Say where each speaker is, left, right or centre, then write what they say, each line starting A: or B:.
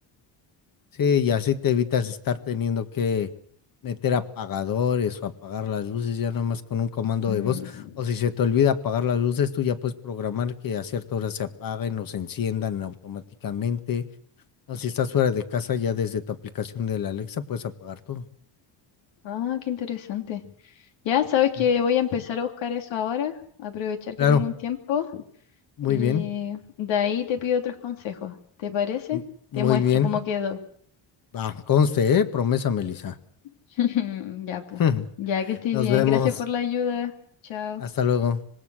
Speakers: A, on the left (about 50°); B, on the left (about 85°).
A: Sí, y así te evitas estar teniendo que meter apagadores o apagar las luces ya nada más con un comando
B: Mm,
A: de voz. O si se te olvida apagar las luces, tú ya puedes programar que a cierta hora se apaguen o se enciendan automáticamente. O si estás fuera de casa, ya desde tu aplicación de la Alexa puedes apagar todo.
B: Ah, qué interesante. Ya sabes que
A: Mm.
B: voy a empezar a buscar eso ahora, aprovechar
A: Claro,
B: que tengo un tiempo
A: muy
B: Y
A: bien,
B: de ahí te pido otros consejos. ¿Te parece?
A: m- muy
B: Te muestro
A: bien.
B: cómo quedó.
A: Va, conste, ¿eh? Promesa, Melissa.
B: <laughs> Ya, pues.
A: <laughs>
B: Ya que estés
A: Nos
B: bien.
A: vemos.
B: Gracias por la ayuda. Chao.
A: Hasta luego.